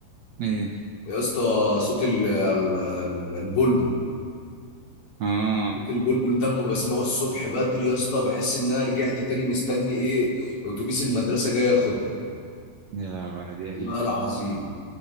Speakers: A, on the right; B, on the left.
A: ايه
B: يا اسطى صوت ال- ال- ال- البلبل
A: اه
B: في البلبل ده اما بسمعه الصبح بدري يا اسطى بحس ان انا رجعت تاني مستني ايه اتوبيس المدرسه جاي ياخدني
A: يا لهوي على دي
B: والله
A: أيام
B: العظيم